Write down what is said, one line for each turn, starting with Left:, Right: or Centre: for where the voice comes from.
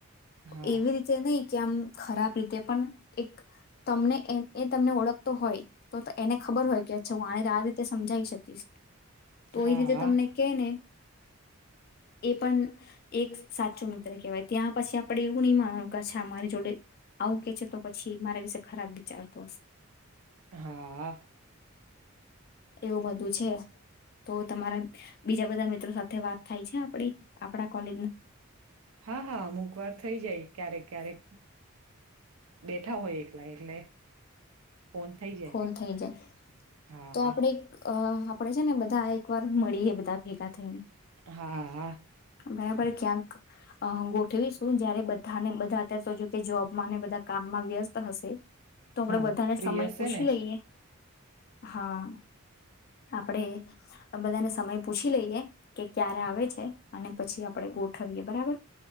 Right: હા,
Left: એવી રીતે નઈ કેમ ખરાબ રીતે પણ એક તમને એ તમને ઓળખતો હોય તો એને ખબર હોય કે અચ્છા હું આને આ રીતે સમજાવી શકીશ તો
Right: હા,
Left: એ રીતે તમને કે ને એ પણ એક સાચો મિત્ર કેહેવાય ત્યાં પછી આપડે એવું નહી માનવાનું કેા મારી જોડે આવું કે છે તો પછી મારા વિશે ખરાબ દી ચારપાસ
Right: હા.
Left: એવું બધું છે તો તમારા બીજા બધા મિત્રો સાથે વાત થાય છે આપડી આપડા કોલેજના
Right: હા હા અમુક વાર થઇ જાય ક્યારેક ક્યારેક બેઠા હોય એટલા એટલે ફોન થઈ જાય.
Left: ફોન થઈ જાય
Right: હા,
Left: તો આપણે અ આપડે છે ને બધા એક વાર મળી એ બધા ભેગા થઈને
Right: હા
Left: બરાબર ક્યાંક અ ગોઠવીશું જયારે બધાને બધા અત્યારે તો જો કે જોબમાં ને બધા કામમાં વ્યસ્ત હશે તો આપણેે
Right: હા,
Left: બધાને
Right: ફ્રી
Left: સમય
Right: હશે
Left: પૂછી
Right: ને?
Left: લઈએ હા આપણેે બધાને સમય પૂછી લઈએ કે ક્યારે આવે છે અને પછી આપડે ગોઠવીએ બરાબર